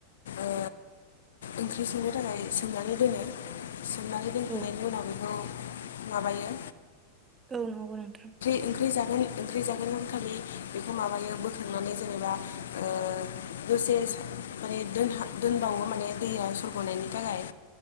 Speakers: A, on the left; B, on the right.
A: ओ ओंख्रि संनो थाखाय सोमनानै दोनो। सोमनानै दोनखांनायनि
B: औ
A: उनाव बेखौ माबायो।
B: औ नंगौ नोंथां।
A: ओंख्री जागोन ओंख्रि जागोन आ थाखायै बेखौ माबायो बोथुमनानै जेनेबा ओ दसे माने दोनबावो माने दैया सरग'नायनि थाखाय।